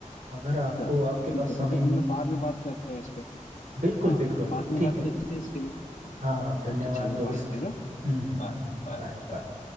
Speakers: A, on the right; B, on the left.
A: अगर आपको
B: चलो
A: आपके पास
B: ठीक है
A: समय
B: तो फिर
A: नहीं
B: मैं
A: है तो
B: बाद में बात करता हूँ इस पे
A: बिल्कुल
B: हाँ
A: बिल्कुल
B: बाद में
A: ठीक
B: बात
A: है
B: करते हैं इसके लिए
A: हाँ धन्यवाद
B: ओके चलो
A: दोस्त
B: बाय फिर
A: हम्म हम्म,
B: हाँ बाय
A: बाय
B: बाय
A: बाय